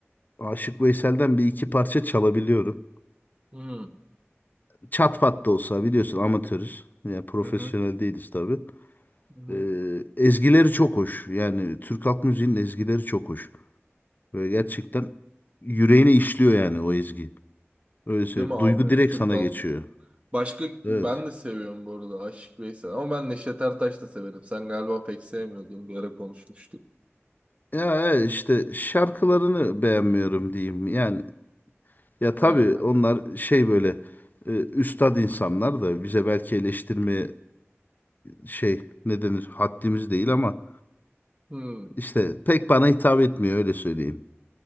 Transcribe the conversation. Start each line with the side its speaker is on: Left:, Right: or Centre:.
Left: Aşık Veysel'den bir iki parça çalabiliyorum.
Right: Hı hı.
Left: Çat pat da olsa biliyorsun amatörüz. Yani profesyonel
Right: Hı
Left: değiliz tabii.
Right: hı.
Left: Ee, ezgileri çok hoş. Yani Türk halk müziğinin ezgileri çok hoş. Böyle gerçekten yüreğine işliyor yani o ezgi. Öyle
Right: Değil
Left: söyleyeyim.
Right: mi abi
Left: Duygu
Right: ya?
Left: direkt
Right: Türk
Left: sana
Right: halk
Left: geçiyor.
Right: müziği. Başka
Left: Evet.
Right: ben de seviyorum bu arada Aşık Veysel. Ama ben Neşet Ertaş da severim. Sen galiba pek sevmiyordun. Bir ara konuşmuştuk.
Left: Ya evet, işte şarkılarını beğenmiyorum diyeyim. Yani ya tabii
Right: He.
Left: onlar şey böyle e, üstad insanlar da bize belki eleştirmeye şey ne denir haddimiz değil ama
Right: Hı.
Left: işte pek bana hitap etmiyor öyle söyleyeyim.